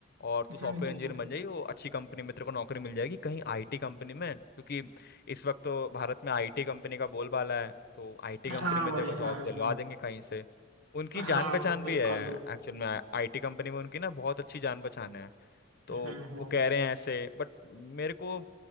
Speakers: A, on the left; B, on the right.
A: और
B: हम्म
A: तू सॉफ्टवेयर
B: हम्म
A: इंजीनियर
B: हम्म
A: बन जाएगी वो अच्छी कंपनी में तेरे को नौकरी मिल जाएगी कहीं आईटी कंपनी में क्योंकि इस वक्त तो भारत में आईटी कंपनी का बोलबाला है तो आईटी
B: हाँ
A: कंपनी में
B: भाई
A: तेरे को जॉब
B: हाँ
A: दिलवा
B: हाँ
A: देंगे कहीं से उनकी जान
B: हाँ
A: पहचान
B: बिल्कुल
A: भी है एक्चुअल में आईटी कंपनी में उनकी ना बहुत अच्छी जान पहचान है तो
B: हम्म हम्म
A: वो कह रहे हैं ऐसे बट मेरे को